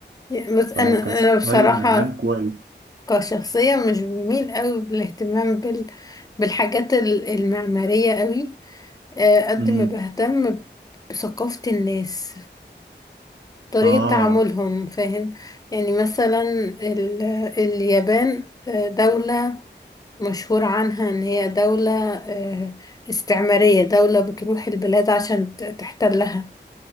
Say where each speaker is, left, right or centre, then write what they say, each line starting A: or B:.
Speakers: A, on the left (about 20°); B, on the right (about 70°).
A: يعني بس انا
B: فكستايل
A: انا بصراحه
B: عام كويس
A: كشخصيه مش بميل قوي بالاهتمام بال بالحاجات ال- المعماريه قوي آه، قد
B: مم.
A: ما بهتم بثقافه الناس بطريقه
B: آه
A: تعاملهم فاهم يعني مثلا ال اليابان آه، دوله مشهور عنها ان هي دوله آه، استعماريه دوله بتروح البلاد عشان ت- تحتلها